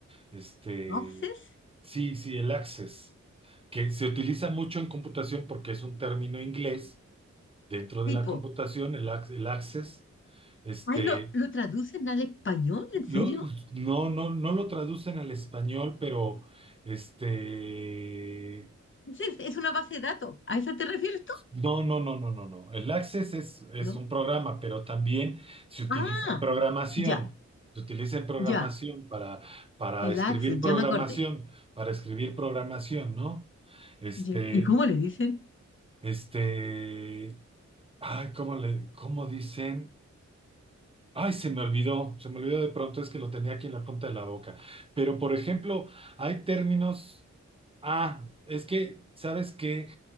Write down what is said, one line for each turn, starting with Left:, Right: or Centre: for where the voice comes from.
Right: Este,
Left: Entonces,
Right: sí, sí, el access, que se utiliza mucho en computación porque es un término inglés dentro
Left: tipo,
Right: de la computación, el, ac- el access. este,
Left: ay, lo, lo traducen al español, ¿en serio?
Right: Lo- no, no, no lo traducen al español, pero este,
Left: Sí, es es una base de datos. ¿A esa te refieres tú?
Right: no, no, no, no, no, no. El Access es, es
Left: No.
Right: un programa, pero también se utiliza
Left: Ah,
Right: en programación.
Left: ya,
Right: Se utiliza en programación
Left: ya,
Right: para, para
Left: el
Right: escribir
Left: Access,
Right: programación,
Left: ya me acordé.
Right: para escribir programación, ¿no? Este,
Left: Ya. ¿Y cómo le dicen?
Right: este, ay, ¿cómo le, cómo dicen? Ay, se me olvidó, se me olvidó de pronto, es que lo tenía aquí en la punta de la boca. Pero, por ejemplo, hay términos Ah, es que, ¿sabes que